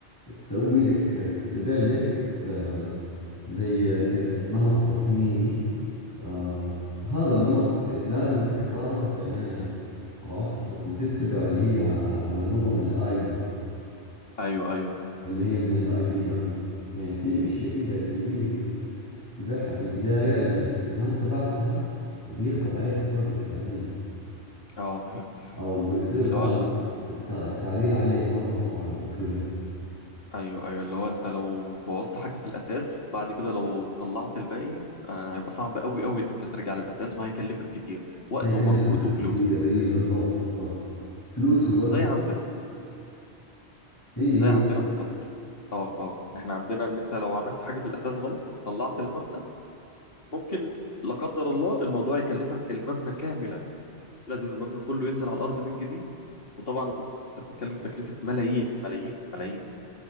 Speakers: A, on the left; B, on the left.
A: تسوي لك تتبع لك آه، زي ن- نمط تصميمي آه، هذا النمط لازم تختاره بعناية عرفت
B: مم.
A: وتتبع اللي هي على نظم الايزو
B: ايوه ايوه
A: اللي هي من الاي بي ام يعني في اشياء كذا يبيلك انك تت- تتبعها في البداية لانك اذا ما اتبعتها بيخرب عليك البروجكت بعدين
B: اه فهمت فهمت
A: او بيصير
B: اللي
A: بعد
B: هو
A: الت- التعديل عليه مرة صعب وكذا
B: ايوه ايوه اللي هو انت لو بوظت حاجه في الاساس بعد كده لو طلعت الباقي آه هيبقى صعب قوي قوي ان انت ترجع للاساس وهيكلفك كتير وقت
A: حيكلفك
B: ومجهود وفلوس
A: كثير اي بالضبط بالضبط فلوس
B: م.
A: ووقت
B: زي عندنا
A: اي
B: زي عندنا بالظبط اه اه احنا عندنا ان انت لو عملت حاجه في الاساس غلط طلعت المبنى ممكن لا قدر الله الموضوع يكلفك المبنى كاملا لازم المبنى كله ينزل على الارض من جديد وطبعا انت بتتكلم في تكلفه ملايين ملايين ملايين